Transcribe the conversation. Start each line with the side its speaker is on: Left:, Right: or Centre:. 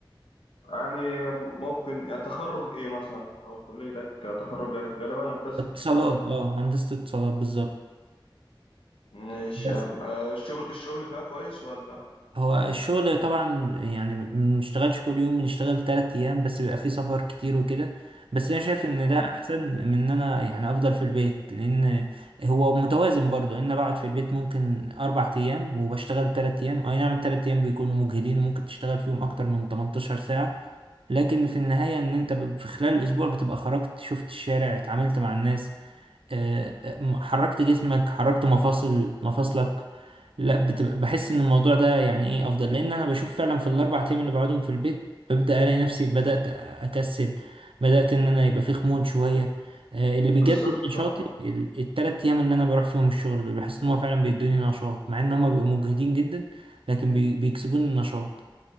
Left: يعني ممكن يعني تخرج ايه مثلا او كليتك تخرج ايه غالبا هندسة
Right: فاتصالات
Left: اتصالات
Right: اه هندسة اتصالات بالظبط
Left: مش
Right: بس
Left: آه، الشغل الشغل فيها كويس ولا
Right: هو الشغل طبعا يعني ما بنشتغلش كل يوم بنشتغل تلات أيام بس بيبقى فيه سفر كتير وكده بس أنا شايف إن
Left: اه
Right: ده أحسن من إن أنا يعني أفضل في البيت لأن هو متوازن برضو إن أنا بقعد في البيت ممكن أربع أيام وبشتغل تلات أيام أي نعم التلات أيام بيكونوا مجهدين وممكن تشتغل فيهم أكتر من 18 ساعة لكن في النهاية إن أنت ب- في خلال الأسبوع بتبقى خرجت شفت الشارع اتعاملت مع الناس آه، آه، حركت جسمك حركت مفاصل مفاصلك لا بتبقى بحس ان الموضوع ده يعني ايه افضل لان انا بشوف فعلا في الاربع ايام اللي بقعدهم في البيت ببدا الاقي نفسي بدات اكسل بدات ان انا يبقى في خمول شويه آه، اللي بيجدد
Left: بالظبط
Right: نشاطي
Left: اه آه.
Right: ال- التلات ايام اللي انا بروح فيهم الشغل دول بحس ان هم فعلا بيدوني نشاط مع ان هم بيبقوا مجهدين جدا لكن بي- بيكسبوني النشاط